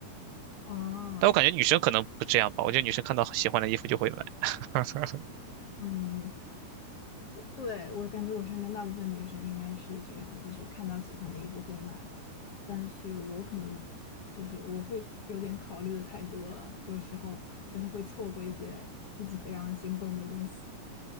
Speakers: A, on the left (about 55°); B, on the right (about 80°).
A: 啊，
B: 但我感觉女生可能不这样吧，我觉得女生看到喜欢的衣服就会买。<laughs>
A: 嗯，我对，我感觉我身边大部分女生应该是这样，就是看到喜欢的衣服会买，但是我可能就是我会有点考虑的太多了，有时候就是会错过一些自己非常心动的东西。